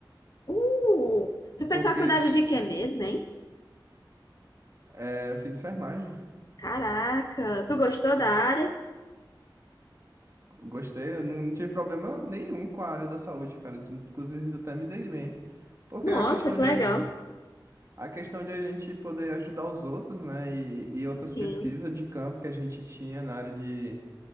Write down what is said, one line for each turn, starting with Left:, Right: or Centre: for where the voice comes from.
Left: Uh, tu fez
Right: Porque
Left: faculdade
Right: ti-
Left: de quê mesmo, hein?
Right: é, eu fiz enfermagem,
Left: Caraca, tu gostou da área?
Right: gostei, eu não, não tive problema nenhum com a área da saúde, cara, inclusive até me dei bem. Porque
Left: Nossa,
Right: a questão
Left: que
Right: de,
Left: legal.
Right: aj- a questão de a gente poder ajudar os outros, né, e, e outras
Left: Sim.
Right: pesquisas de campo que a gente tinha na área de,